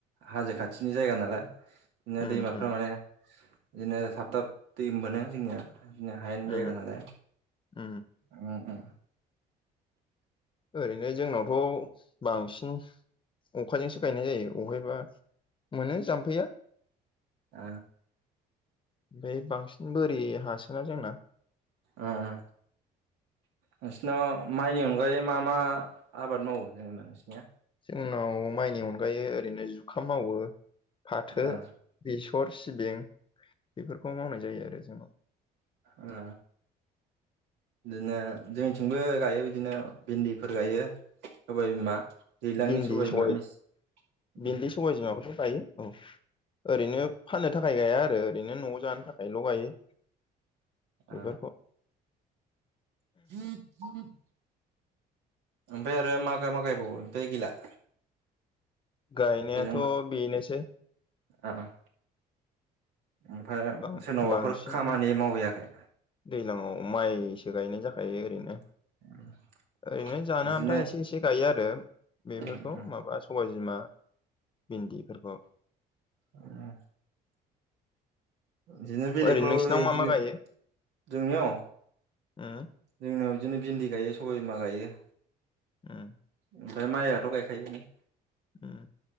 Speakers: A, on the right (about 85°); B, on the left (about 30°).
A: हाजो खाथिनि जायगा नालाय बिदिनो
B: उम
A: दैमाफ्रा
B: उम
A: माने बिदिनो थाब-थाब दै मोनो जोंनिया । बिदिनो हायेन
B: उम
A: जायगानालाय
B: उम
A: उम उम
B: ओरैनो जोंनावथ बांसिन अखाजोंसो गायनाय जायो अबेहायबा मोनो जाम्फैया
A: ओ
B: बे बांसिन बोरि हासोना जोंना
A: ओ ओ नोंसिनाव माइनि अनगायै मा-मा आबाद मावो जेनेबा नोंसिनिया?
B: जोंनाव माइनि अनगायै ओरैनो जुखाम मावो फाथो
A: ओ
B: बेस र सिबिं बेफोरखौ मावनाय जायो आरो जोंनाव।
A: ओ बिदिनो जोंथिंबो गायो बिदिनो भेन्दिफोर गायो सबाय बिमा दैज्लांनि
B: भिन्दि सबाय
A: बिमा मेस उम
B: भिन्दि सबाय बिमाबखौथ गायो । औ ओरैनो फाननो थाखाय गाया आरो ओरैनो नआव जानो थाखायल गायो।
A: ओ
B: बेफोरखौ
A: <unintelligible> ओमफाय आरो मागाय मा गायबावो ओमफ्राय गैला?
B: गायनायाथ
A: दैज्लां बोथोर
B: बेनोसै
A: ओ ओं ओमफाय
B: बां
A: सोरनावबाफोर
B: बांसिन
A: खामानि मावहैयाखै?
B: दैज्लाङाव माइसो गायनाय जाखायो ओरैनो
A: <inaudible>
B: ओरैनो जानो
A: बिदिनो
B: आन्था एसे एसे गायो आरो बेफोरखौ
A: उम उम
B: माबा सबाय बिमा भिन्दी फोरखौ।
A: ओह बिदिनो बेलेगफ्राव
B: ओरैनो नोंसिनाव
A: बिदिनो
B: मा मा गायो?
A: जोंनियाव
B: उम
A: जोंनियाव बिदिनो भिन्दि गायो सबाय बिमा गायो।
B: ओम
A: ओमफ्राय माइआथ' गायखायो नो
B: ओम